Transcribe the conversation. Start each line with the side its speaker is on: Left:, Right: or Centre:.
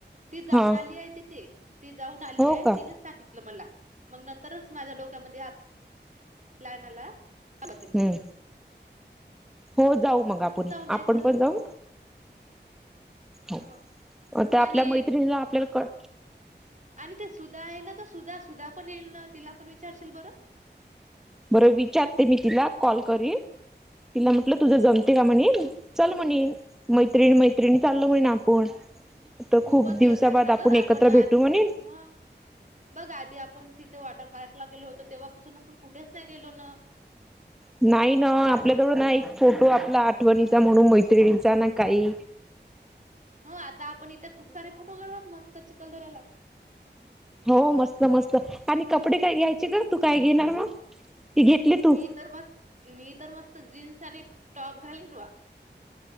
Right: ती जाऊन
Centre: हा
Right: आली आहे तिथे ती जाऊन आली
Centre: हो
Right: आहे.
Centre: का
Right: तिनेच सांगितलं मला, मग नंतरच माझ्या डोक्यामध्ये हा प्लॅन आला. ती सांगलती
Centre: हम्म
Right: मग
Centre: हो जाऊ मग आपण
Right: यायचं
Centre: आपण पण जाऊ.
Right: ह
Centre: हो मग ते आपल्या
Right: आणि
Centre: मैत्रिणीला आपल्याला कळ.
Right: आणि ते सुधा आहे ना का सुधा सुधा पण येईल ना तिला पण विचारशील बरं.
Centre: बर विचारते मी तिला कॉल करिन. तिला म्हटलं तुझं जमते का म्हणेन चल म्हणेन मैत्रिणी मैत्रिणी चालल म्हणेन आपण. तर
Right: खूपच
Centre: खूप
Right: दिवस
Centre: दिवसाबाद
Right: झाले ना ग आपण
Centre: एकत्र
Right: आ
Centre: भेटू म्हणे
Right: मग, बघ आधी आपण तिथे वॉटर पार्कला गेलो होतो. तेव्हापासून आपण कुठेच नाही गेलो ना.
Centre: नाही ना आपल्याजवळं फोटो आपला आठवणीचा म्हणून मैत्रिणीचा ना काही
Right: हो आता आपण इथं खूप साऱ्या फोटो काढू मस्त चिखलदऱ्याला,
Centre: हो मस्त मस्त आणि कपडे काय घ्यायचे का तू काय घेणार मग, ती घेतली तू
Right: मी तर मस्त मी तर मस्त जीन्स आणि टॉप घालीन वा